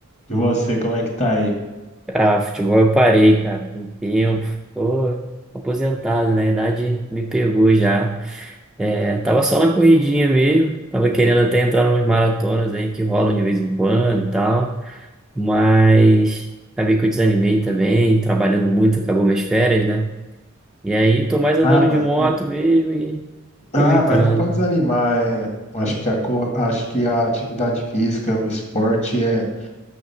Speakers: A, on the left (about 35°); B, in the centre.
A: E você, como é que tá aí?
B: Ah, futebol eu parei, cara, tem tempo. Tô aposentado, né? A idade me pegou já. É, tava só na corridinha mesmo. Tava querendo até entrar numas maratonas aí que rolam de vez em quando e tal. Mas acabei que eu desanimei também, trabalhando muito, acabou minhas férias, né? E aí tô mais andando
A: Ah, mas,
B: de moto mesmo e aproveitando.
A: ah, mas não pode desanimar, é. Acho que a, co- acho que a atividade física, o esporte é